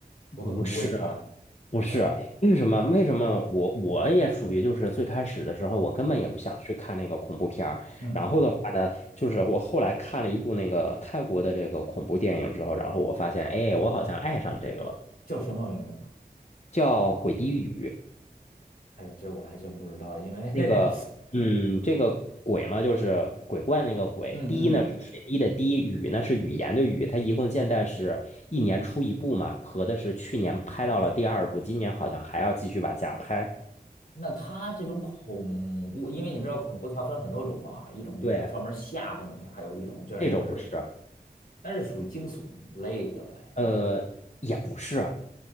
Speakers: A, on the left; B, on the left.
A: 我可能不会看。
B: 不是，不是，
A: 对，
B: 为什么？为什么我我也属于就是最开始的时候，我根本也不想去看那个恐怖片儿。
A: 嗯嗯，
B: 然后的话呢，就是我后来看了一部那个泰国的这个恐怖电影之后，然后我发现，哎，我好像爱上这个了，
A: 叫什么名字吗？
B: 叫《鬼地狱》。
A: 哎呦，这我还真不知道，因为
B: 那个，嗯，这个鬼嘛，就是鬼怪那个鬼。
A: <laughs> 嗯嗯嗯，
B: 滴呢是水滴的滴，雨呢是语言的语。它一共现在是一年出一部嘛，合的是去年拍到了第二部，今年好像还要继续往下拍。
A: 那他这种恐怖，因为你知道恐怖它分很多种嘛，一种就是专门吓唬你，
B: 对，
A: 还有一种就是，
B: 这种不是，
A: 但是属于惊悚类的呗，
B: 呃，也不是，